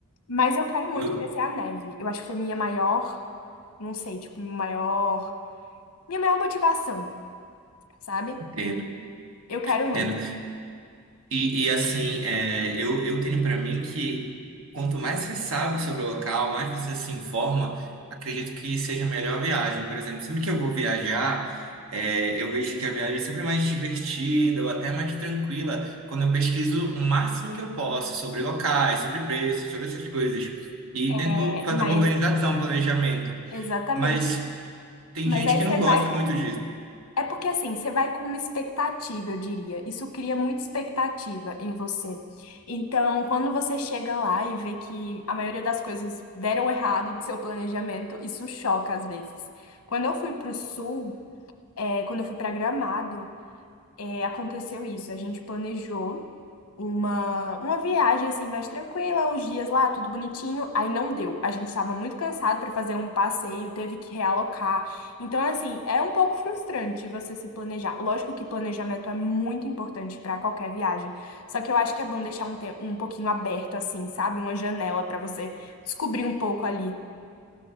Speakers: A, on the left; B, on the right.
A: Mas eu quero muito
B: Eu
A: conhecer a neve. Eu acho que foi minha maior, não sei, tipo, maior Minha maior motivação, sabe?
B: entendo.
A: Eu quero muito.
B: Entendo E, e, assim, é, eu, eu tenho para mim que quanto mais você sabe sobre o local, mais você se informa, acredito que seja melhor a viagem. Por exemplo, sempre que eu vou viajar, é, eu vejo que a viagem é sempre mais divertida ou até mais tranquila quando eu pesquiso o máximo que eu posso sobre locais, sobre preços, sobre essas coisas. E tento
A: É,
B: fazer
A: mas,
B: uma organização, um planejamento.
A: exatamente.
B: Mas tem
A: Mas
B: gente
A: aí
B: que
A: você
B: não
A: vai
B: gosta
A: com.
B: muito disso.
A: É porque assim, você vai com uma expectativa, eu diria. Isso cria muita expectativa em você. Então, quando você chega lá e vê que a maioria das coisas deram errado do seu planejamento, isso choca às vezes. Quando eu fui pro sul, é, quando eu fui pra Gramado, é, aconteceu isso. A gente planejou uma, uma viagem assim mais tranquila, os dias lá, tudo bonitinho. Aí não deu. A gente estava muito cansado para fazer um passeio, teve que realocar. Então, assim, é um pouco frustrante você se planejar. Lógico que planejamento é muito importante para qualquer viagem. Só que eu acho que é bom deixar um, te- um pouquinho aberto, assim, sabe? Uma janela para você descobrir um pouco ali.